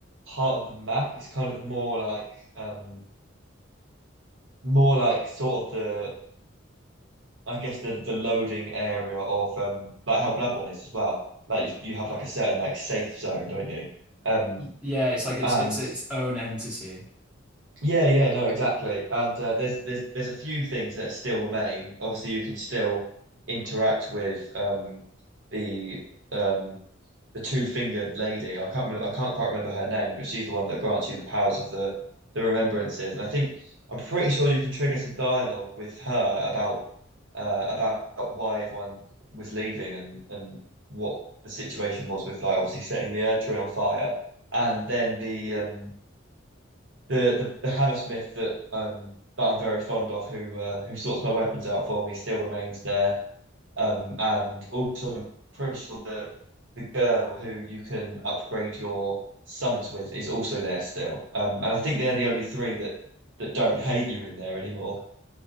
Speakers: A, on the right (about 75°); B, in the centre.
A: part of the map. It's kind of more like um more like sort of the I guess the the loading area of um like how Bloodborne is as well. Like you you have like a certain like safe zone, don't you? Um
B: Yeah, it's like it's
A: and
B: it's its own entity.
A: yeah, yeah, no, exactly. And uh, there's there's there's a few things that still remain. Obviously, you can still interact with um the um the two-fingered lady. I can't remember, I can't quite remember her name, but she's the one that grants you the powers of the the remembrances. And I think I'm pretty sure you can trigger some dialogue with her about uh, about why everyone was leaving and and what the situation was with like obviously setting the air tree on fire, and then the um the the, the Hammersmith that um that I'm very fond of who uh, who sorts my weapons out for me still remains there. Um, and also I'm pretty sure the the girl who you can upgrade your summons with is also there still. Um, and I think they're the only three that that don't hate you in there anymore.